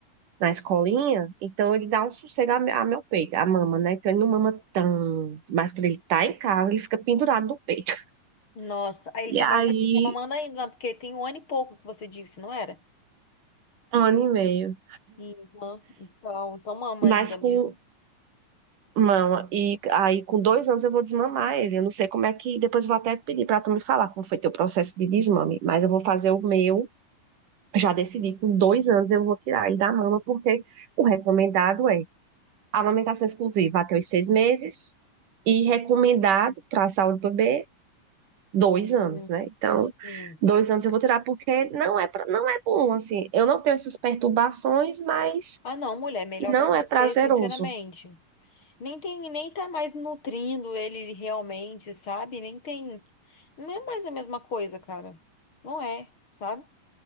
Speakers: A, on the right; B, on the left.
A: na escolinha, então ele dá um sossego a, me- a meu peito, a mama, né? Então ele não mama tanto, mas quando ele tá em casa, ele fica pendurado no peito.
B: Nossa, aí ele
A: E
B: tá,
A: aí,
B: mas ele tá mamando ainda, né? porque tem um ano e pouco que você disse, não era?
A: um ano e meio.
B: Uhum. Então, então mama
A: Mas
B: ainda
A: com
B: mesmo.
A: mama, e aí com dois anos eu vou desmamar ele. Eu não sei como é que. Depois eu vou até pedir pra tu me falar como foi teu processo de desmame, mas eu vou fazer o meu. Já decidi, com dois anos eu vou tirar ele da mama, porque o recomendado é amamentação exclusiva até os seis meses. E recomendado para a saúde do bebê dois anos,
B: Hum,
A: né? Então,
B: sim.
A: dois anos eu vou tirar porque não é, pra- não é bom, assim. Eu não tenho essas perturbações, mas
B: Ah, não, mulher, melhor
A: não
B: pra você,
A: é prazeroso.
B: sinceramente. Nem tem, nem tá mais nutrindo ele realmente, sabe? Nem tem, não é mais a mesma coisa, cara. Não é, sabe?